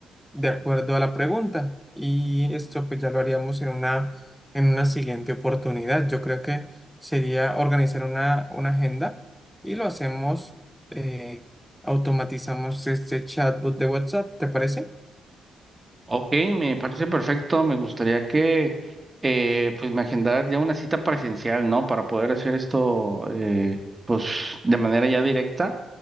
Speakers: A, in the centre; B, on the right.
A: de acuerdo a la pregunta. Y esto pues ya lo haríamos en una, en una siguiente oportunidad. Yo creo que sería organizar una, una agenda y lo hacemos, eh, automatizamos este chatbot de WhatsApp, ¿te parece?
B: Ok, me parece perfecto. Me gustaría que eh, pues me agendaras ya una cita presencial, ¿no? Para poder hacer esto eh, pues de manera ya directa,